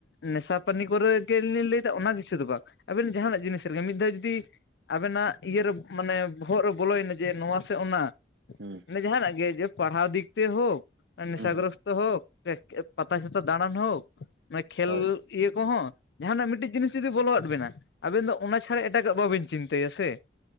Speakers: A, on the left; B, on the right.
A: ᱱᱮᱥᱟ ᱯᱟᱹᱱᱤ ᱠᱚᱨᱮ ᱜᱮ ᱞᱤᱧ ᱞᱟᱹᱭ ᱫᱟ ᱚᱱᱟ ᱠᱤᱪᱷᱩ ᱫᱚ ᱵᱟᱝ, ᱟᱹᱵᱮᱱ ᱡᱟᱦᱟᱱᱟᱜ ᱡᱤᱱᱤᱥ ᱨᱮᱜᱮ, ᱢᱤᱫ ᱫᱷᱟᱣ ᱡᱩᱫᱤ ᱟᱵᱮᱱᱟᱜ ᱤᱭᱟᱹᱨᱮ ᱢᱟᱱᱮ ᱵᱚᱦᱚᱜ ᱨᱮ ᱵᱚᱞᱚᱭᱮᱱᱟ ᱡᱮ ᱱᱚᱣᱟ ᱥᱮ ᱚᱱᱟ
B: ᱦᱩᱸ
A: ᱢᱟᱱᱮ ᱡᱟᱦᱟᱱᱟᱜ ᱜᱮ ᱯᱟᱲᱦᱟᱣ ᱫᱤᱠ ᱛᱮ ᱦᱳᱠ ᱱᱮᱥᱟᱜᱨᱚᱥᱛᱚ
B: ᱦᱩᱸ ᱦᱩᱸ
A: ᱦᱳᱠ ᱯᱟᱛᱟ ᱪᱷᱟᱛᱟ ᱫᱟᱬᱟᱱ ᱦᱳᱠ ᱢᱟᱱᱮ ᱠᱷᱮᱞ
B: ᱦᱳᱭ ᱦᱮᱸ
A: ᱤᱭᱟᱹ ᱠᱚᱦᱚᱸ ᱡᱟᱦᱟᱱᱟᱜ ᱢᱤᱫᱴᱤᱡ ᱡᱤᱱᱤᱥ ᱡᱩᱫᱤ ᱵᱚᱞᱚ ᱟᱫ ᱵᱮᱱᱟ ᱟᱵᱮᱱ ᱫᱚ ᱚᱱᱟ ᱪᱷᱟᱲᱟ ᱮᱴᱟᱜᱟᱜ ᱵᱟᱵᱤᱱ ᱪᱤᱱᱛᱟᱹᱭᱟ ᱥᱮ